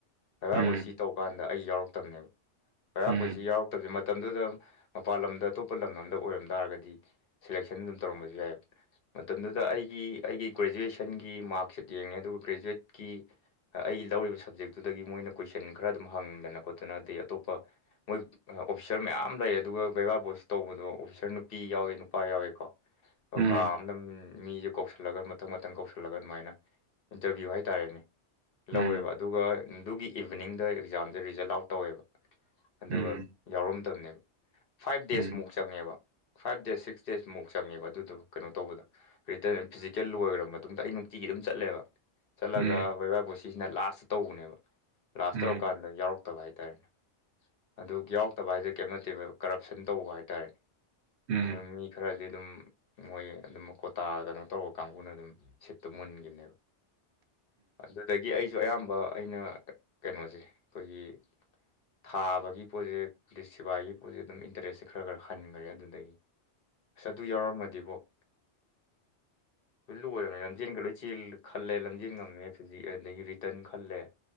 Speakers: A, on the left; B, on the right.
A: ꯕꯩꯕꯄꯣꯠꯁꯤ
B: ꯎꯝ
A: ꯇꯧ ꯀꯥꯟꯗ ꯑꯩ ꯌꯥꯎꯔꯛꯇꯅꯦꯕ ꯕꯩꯔꯥꯄꯣꯠꯁꯤ
B: ꯎꯝ
A: ꯌꯥꯎꯔꯛꯇꯕꯁꯦ ꯃꯇꯝꯗꯨꯗ ꯃꯄꯥꯟ ꯂꯝꯗ ꯑꯇꯣꯞꯄ ꯂꯝ ꯂꯝꯗ ꯑꯣꯏꯔꯝ ꯇꯥꯔꯒꯗꯤ ꯁꯦꯂꯦꯛꯁꯟ ꯑꯗꯨꯝ ꯇꯧꯔꯝꯕꯁꯨ ꯌꯥꯏꯕ ꯃꯇꯝꯗꯨꯗ ꯑꯩꯒꯤ ꯑꯩꯒꯤ ꯒ꯭ꯔꯦꯖꯨꯋꯦꯁꯟꯒꯤ ꯃꯥꯔꯛꯁꯤꯠ ꯌꯦꯡꯉꯦ ꯑꯗꯨꯒ ꯒ꯭ꯔꯦꯖꯨꯋꯦꯠꯀꯤ ꯑꯩꯒꯤ ꯂꯧꯔꯤꯕ ꯁꯞꯖꯦꯛꯇꯨꯗꯒꯤ ꯃꯣꯏꯅ ꯀꯣꯏꯁꯟ ꯈꯔ ꯑꯗꯨꯝ ꯍꯪꯗꯅ ꯈꯣꯠꯇꯅ ꯑꯗꯩ ꯑꯇꯣꯞꯄ ꯃꯣꯏ ꯑꯣꯐꯤꯁꯥꯔ ꯃꯌꯥꯝ ꯂꯩ ꯑꯗꯨꯒ ꯕꯩꯕꯥ ꯕꯣꯁ ꯇꯧꯕꯗꯣ ꯑꯣꯐꯤꯁꯥꯔ ꯅꯨꯄꯤ ꯌꯥꯎꯋꯦ ꯅꯨꯄꯥ ꯌꯥꯎꯋꯦꯀꯣ ꯑꯣ
B: ꯎꯝ
A: ꯀꯥ ꯑꯝꯗ ꯃꯤꯁꯦ ꯀꯧꯁꯜꯂꯒ ꯃꯊꯪ ꯃꯊꯪ ꯀꯧꯁꯜꯂꯒ ꯑꯗꯨꯃꯥꯏꯅ ꯏꯟꯇꯔꯚꯤꯌꯨ ꯍꯥꯏꯇꯥꯔꯦꯅꯦ
B: ꯎꯝ
A: ꯂꯧꯋꯦꯕ꯫ ꯑꯗꯨꯒ ꯑꯗꯨꯒꯤ ꯏꯚꯅꯤꯡꯗ ꯑꯦꯛꯖꯥꯝꯁꯦ ꯔꯤꯖꯜ ꯑꯥꯎꯠ ꯇꯧꯋꯦꯕ ꯑꯗꯨꯒ
B: ꯎꯝ
A: ꯌꯥꯎꯔꯝꯗꯕꯅꯦꯕ ꯐꯥꯏꯚ ꯗꯦꯖꯃꯨꯛ
B: ꯎꯝ
A: ꯆꯪꯉꯦꯕ ꯐꯥꯏꯚ ꯗꯦꯖ ꯁꯤꯛꯁ ꯗꯦꯖꯃꯨꯛ ꯆꯪꯉꯦꯕ ꯑꯗꯨꯗꯣ ꯀꯩꯅꯣ ꯇꯧꯕꯗ ꯔꯤꯇ ꯐꯤꯖꯤꯀꯦꯜ ꯂꯣꯏꯈ꯭ꯔ ꯃꯇꯨꯡꯗ ꯑꯩ ꯅꯨꯡꯇꯤꯒꯤ ꯑꯗꯨꯝ ꯆꯠꯂꯦꯕ ꯆꯠꯂꯒ
B: ꯎꯝ
A: ꯕꯩꯕꯥꯏꯕꯣꯠ ꯁꯤꯁꯤꯅ ꯂꯥꯁꯇ ꯇꯧꯕꯅꯦꯕ ꯂꯥꯁ
B: ꯎꯝ
A: ꯇꯧꯔꯀꯥꯟꯗ ꯌꯥꯎꯔꯛ ꯇꯕ ꯍꯥꯏꯇꯥꯔꯦꯅꯦ ꯑꯗꯨ ꯌꯥꯎꯔꯛꯇꯕ ꯍꯥꯏꯁꯦ ꯀꯔꯤꯝ ꯅꯠꯇꯦꯕ ꯀꯔꯞꯁꯟ ꯇꯧꯕ ꯍꯥꯏꯇꯥꯔꯦꯅꯦ
B: ꯎꯝ
A: ꯑꯗꯨꯝ ꯃꯤ ꯈꯔꯗꯤ ꯑꯗꯨꯝ ꯃꯣꯏ ꯑꯗꯨꯝ ꯀꯣꯇꯥ ꯀꯩꯅꯣ ꯇꯧꯔꯒ ꯀꯥꯡꯕꯨꯅ ꯑꯗꯨꯝ ꯁꯤꯠꯇꯣ ꯃꯨꯟꯒꯤꯕꯅꯦꯕ ꯑꯗꯨꯗꯒꯤ ꯑꯩꯁꯨ ꯑꯌꯥꯝꯕ ꯑꯩꯅ ꯀꯩꯅꯣꯁꯦ ꯈꯣꯏꯒꯤ ꯊꯥꯕꯒꯤ ꯄꯣꯠꯁꯦ ꯄꯨꯂꯤꯁ ꯁꯤꯕꯥꯏꯒꯤ ꯈꯣꯏꯖꯦ ꯗꯨꯝ ꯏꯟꯇꯔꯦꯁꯇꯤ ꯈꯔ ꯈꯔ ꯍꯟꯒꯔꯦ ꯑꯗꯨꯗꯒꯤ ꯑꯁ ꯑꯗꯨ ꯌꯥꯎꯔꯝꯃꯗꯤꯀꯣ <unintelligible> ꯂꯣꯏ ꯂꯣꯏꯔꯝꯃꯦ ꯂꯝꯖꯦꯟꯒ ꯂꯣꯏ ꯆꯦꯜ ꯈꯜꯂꯦ ꯂꯝꯖꯦꯟ ꯉꯝꯃꯦꯖꯤꯛ ꯑꯗꯒꯤ ꯔꯤꯇꯟ ꯈꯜꯂꯦ